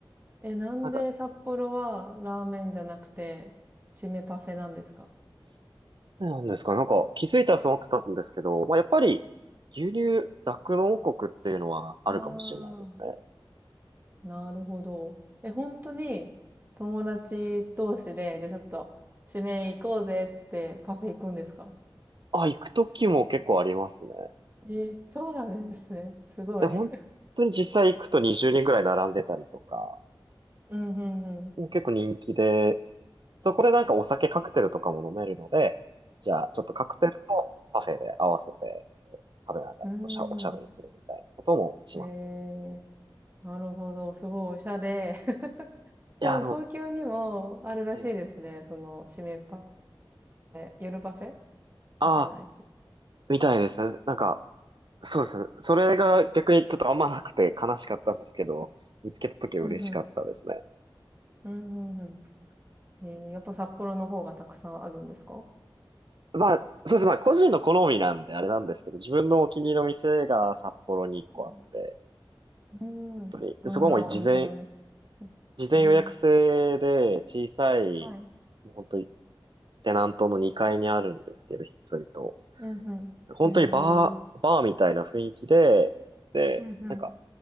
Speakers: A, on the right; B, on the right.
A: え、なんで札幌はラーメンじゃなくて、
B: なんか、
A: 締めパフェなんですか
B: なんですか、なんか気づいたらそう思ってたんですけど、まあ、やっぱり牛乳、酪農王国っていうのはあるかもしれないですね。
A: ああー、なるほど。え、本当に友達同士で、じゃあちょっと締め行こうぜっつってパフェ行くんですか
B: あ、行くときも結構ありますね。
A: え、そうなんですね。すごい。
B: で、本当に実際行くと20人ぐらい並んでたりとか、
A: <laughs> うんうんうん。
B: もう結構人気で、そこでなんかお酒カクテルとかも飲めるので、じゃあちょっとカクテルとパフェで合わせて食べながらちょっとしゃおしゃべりするみたいなこともしますね。
A: うん。うん。ええ、なるほど。すごいおしゃれ。<laughs>
B: いや、
A: でも東京にもあるらしいですね。
B: でも、ええ
A: その、締めパフェ、夜パフェ
B: ああ、
A: みたいなやつ。
B: みたいですね。なんか、そうですね。それが逆にちょっとあんまなくて悲しかったんですけど、見つけた時は嬉しかったですね。
A: うんうん。うんうんうん。えー、やっぱ札幌の方がたくさんあるんですか
B: まあ、そうですね。まあ、個人の好みなんであれなんですけど、自分のお気に入りの店が札幌に1個あって、
A: うん。
B: 本当に。
A: うん。どんなお店なんですうん全。
B: で、そこも事前、事前予約制で小さい、
A: はい。
B: もう本当にテナントの2階にあるんですけど、ひっそりと。
A: うんうん。
B: 本当にバー、
A: へえ。
B: バーみたいな雰囲気で、で、
A: うん
B: なんか、